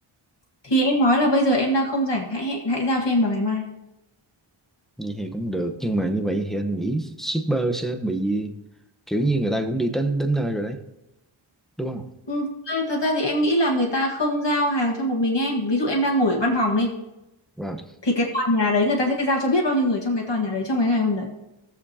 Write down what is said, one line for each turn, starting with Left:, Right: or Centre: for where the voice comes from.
Left: thì em nói là bây giờ em đang không rảnh hãy hãy, hãy giao cho em vào ngày mai
Centre: vậy thì cũng được nhưng mà như vậy thì anh nghĩ shipper sẽ bị kiểu như người ta cũng đi đến đến nơi rồi đấy đúng không
Left: ừ. à, thật ra thì em nghĩ là người ta không giao hàng cho một mình em ví dụ em đang ngồi ở văn phòng đi
Centre: vâng
Left: thì cái tòa nhà đấy người ta sẽ giao cho biết bao nhiêu người trong cái tòa nhà đấy trong cái ngày hôm đấy